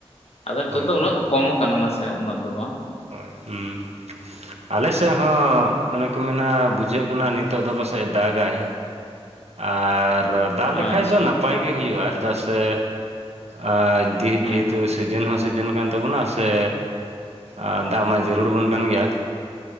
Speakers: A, on the left; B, on the right.
A: ᱟᱫᱚ ᱱᱤᱛᱚᱜ
B: ᱦᱳᱭ
A: ᱫᱚ ᱩᱱᱟᱹᱜ ᱠᱚᱢ ᱟᱠᱟᱱᱟ ᱱᱟ ᱥᱮ ᱩᱱᱟᱹᱜ ᱫᱚ ᱵᱟᱝ
B: ᱦᱳᱭ ᱦᱩᱸ ᱟᱞᱮ ᱥᱮᱫ ᱦᱚᱸ ᱚᱱᱮ ᱠᱚ ᱢᱮᱱᱟᱹ ᱵᱩᱡᱷᱟᱹᱜ ᱠᱟᱱᱟ ᱱᱤᱛᱚᱜ ᱫᱚ ᱯᱟᱥᱮᱡ ᱫᱟᱜᱟᱭ ᱟᱨ ᱫᱟᱜ ᱞᱮᱠᱷᱟᱜ
A: ᱟᱪᱪᱷᱟ
B: ᱫᱚ ᱱᱟᱯᱟᱭ ᱱᱟᱯᱟᱭ ᱜᱮ ᱦᱩᱭᱩᱜᱼᱟ ᱪᱮᱫᱟᱜ ᱥᱮ ᱟ ᱡᱮ
A: ᱦᱩᱸ
B: ᱡᱮᱦᱮᱛᱩ ᱥᱤᱡᱤᱱ ᱦᱚᱸ ᱥᱤᱡ ᱡᱮᱱ ᱠᱟᱱᱟ ᱛᱟᱵᱚᱱᱟ ᱥᱮ ᱟᱨ ᱫᱟᱜ ᱢᱟ ᱡᱟᱹᱨᱩᱲ ᱵᱚᱱ ᱠᱟᱱ ᱜᱮᱭᱟ